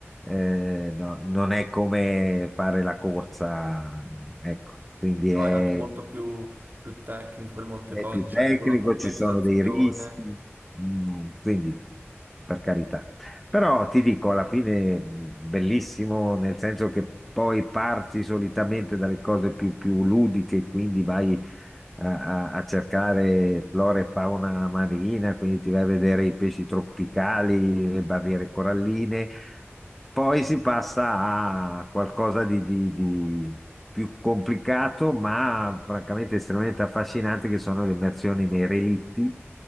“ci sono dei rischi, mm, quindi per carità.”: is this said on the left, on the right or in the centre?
Centre